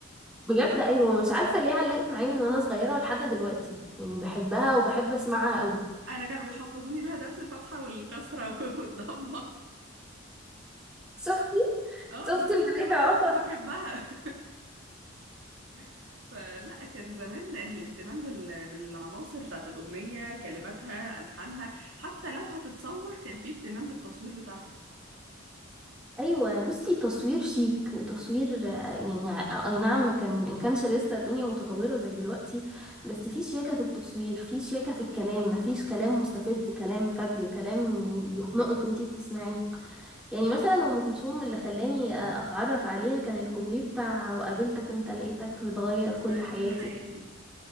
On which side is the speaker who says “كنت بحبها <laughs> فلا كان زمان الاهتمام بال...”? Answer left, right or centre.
Right